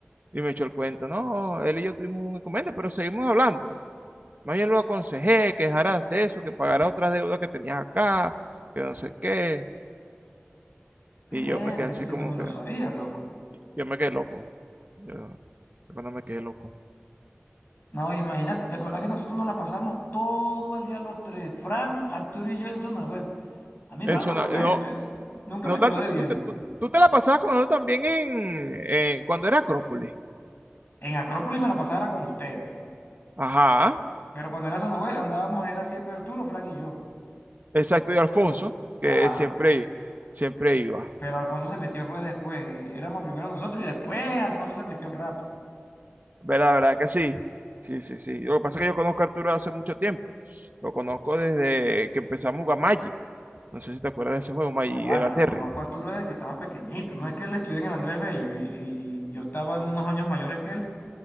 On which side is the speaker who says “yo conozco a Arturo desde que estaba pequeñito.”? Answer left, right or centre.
Left